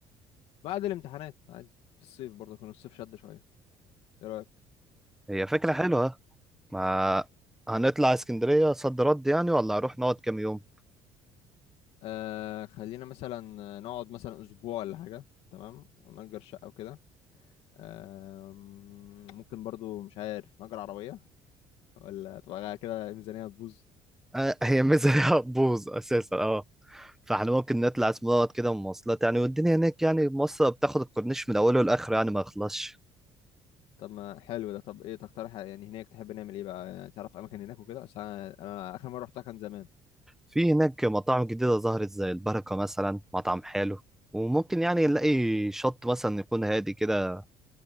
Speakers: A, on the left; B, in the centre.
A: بعد الامتحانات عادي في الصيف برضه كان الصيف شد شويه ايه رايك
B: هي فكره حلوه ما هنطلع اسكندرية صد رد يعني ولا هنروح نقعد كام يوم
A: آه خلينا مثلا آه، نقعد مثلا اسبوع ولا حاجه تمام ونأجر شقه وكده آم، ممكن برضو مش عارف نأجر عربيه ولا تبقى كده الميزانيه هتبوظ
B: آه هي ميزة <laughs> هتبوظ أساسا اه فاحنا ممكن نطلع اسم دوت كده مواصلات يعني والدنيا هناك يعني مصر بتاخد الكورنيش من أوله لآخره يعني ما يخلصش
A: طب ما حلو ده طب ايه تقترح يعني هناك تحب نعمل ايه بقى يعني تعرف اماكن هناك وكده عشان انا أنا اخر مره رحتها كان زمان
B: في هناك مطاعم جديدة ظهرت زي البركة مثلا مطعم حلو وممكن يعني نلاقي شط مثلا يكون هادي كده